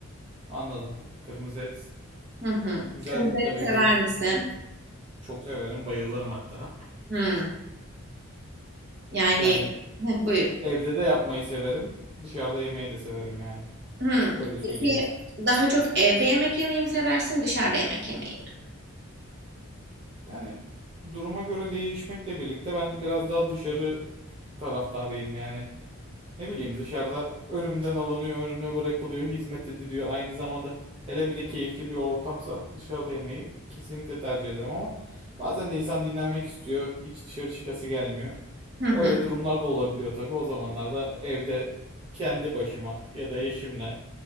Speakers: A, on the right (about 25°); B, on the right (about 50°).
A: Anladım. Kırmızı et.
B: Hı hı.
A: Güzel
B: Kırmızı et
A: tabii
B: sever
A: benim
B: misin?
A: çok severim. Bayılırım hatta.
B: Hı. Yani
A: Yani
B: heh, buyur.
A: evde de yapmayı severim. Dışarıda yemeyi de severim yani.
B: Hı.
A: Öyle söyleyeyim.
B: Peki daha çok evde yemek yemeyi mi seversin, dışarıda yemek yemeyi
A: Yani duruma göre değişmekle birlikte ben biraz daha dışarı taraftarıyım yani. Ne bileyim dışarıda önümden alınıyor, önüme bırakılıyor, hizmet ediliyor. Aynı zamanda hele bir de keyifli bir ortamsa dışarıda yemeyi kesinlikle tercih ederim ama bazen de insan dinlenmek istiyor. Hiç dışarı çıkası gelmiyor.
B: mi? Hı
A: Öyle
B: hı.
A: durumlar da olabiliyor tabii. O zamanlarda evde kendi başıma ya da eşimle